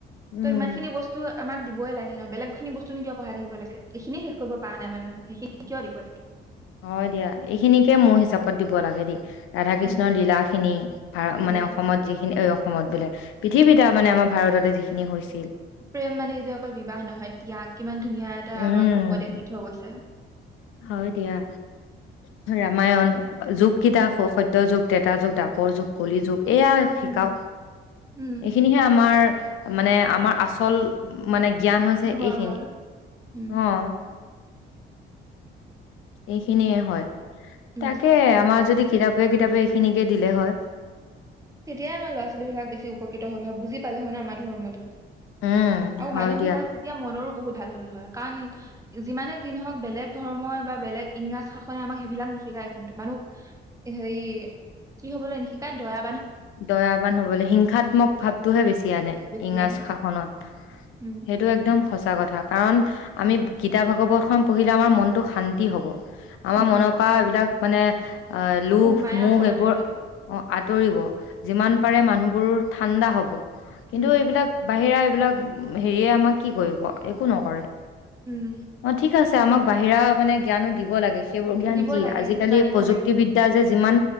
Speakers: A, on the left; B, on the right.
A: উম
B: তই ইমান খিনি বস্তু আমাক দিবই লাগে ন বেলেগখিনি বস্তুনো কিয় পঢ়াই থাকিব লাগে এইখিনিয় শেষ কৰিব পৰা নাই মানুহে সেইখিনি কিয় দিব লাগে
A: হয় দিয়া এইখিনিকে মোৰ হিচাপত দিব লাগে দেই ৰাধা কৃষ্ণৰ
B: উম
A: লীলা খিনি ভাৰ
B: উম
A: মানে অসমত যিখিনি অসমত বোলে পৃথিৱীতে মানে আমাৰ ভাৰততে যিখিনি হৈছিল
B: প্ৰেম মানে এই যে অকল বিবাহ নহয় ত্যাগ কিমান ধুনীয়া এটা
A: উম
B: আমাক উপদেশ দি থৈ গৈছে
A: হয় দিয়া ৰামায়ণ যুগ কেইটা সত্য যুগ তেতাৰ যুগ দাপৰ যুগ কলি যুগ এয়াই শিকাওক
B: উম উম
A: এইখিনিহে আমাৰ মানে আমাৰ আচল মানে জ্ঞান হৈছে
B: ধৰ্মৰ
A: এইখিনি
B: উম
A: অ এইখিনিয়ে হয়
B: উম
A: তাকে আমাৰ যদি কিতাপে কিতাপে এইখিনিকে দিলে হয়
B: তেতিয়াই আমাৰ ল'ৰা ছোৱালী বিলাক বেছি উপকৃত হ'ল হয় বুজি পালে হয় ন আমাৰ ধৰ্মটো
A: উম
B: আৰু
A: হয়
B: মানুহ
A: দিয়া
B: বিলাক যেতিয়া মনৰ বহুত ভাল হল হয় কাৰণ যিমানে যি নহওক বেলেগ ধৰ্ম বা বেলেগ ইংৰাজ শাসনে আমাক সেইবিলাক নিশিকায় কিন্তু মানুহ হেৰি কি হবলৈ নিশিকায় দয়া
A: দয়াাবান হবলৈ শিক্ষাত্মক ভাৱটোহে বেছি
B: বেছি
A: ইংৰাজ
B: আনে
A: শাসনত
B: উম
A: সেইটো একদম সচ সঁচা কথা কাৰণ আমি গীতা ভাগৱতখন পঢ়িলে আমাৰ মনটো শান্তি হ'ব আমাৰ
B: উম
A: মনৰ পৰা এইবিলাক মানে অ লোভ
B: মায়া
A: মোহ
B: চব
A: সেইবোৰ
B: আঁতৰি যাব
A: অ তৌৰিব যিমান পাৰে মানুহবোৰ ঠাণ্ডা হব কিন্তু
B: উম
A: এইবিলাক বাহিৰা এইবিলাক হেৰিয়ে আমাক কি কৰিব একো নকৰে
B: উম
A: অ থিক আছে আমাক বাহিৰা মানে জ্ঞানো দিব লাগে সেইবোৰ জ্ঞান
B: দিব
A: কি
B: লাগে
A: আজিকালি
B: জানিব
A: প্ৰযুক্তিবিদ্যা
B: লাগে
A: যে যিমান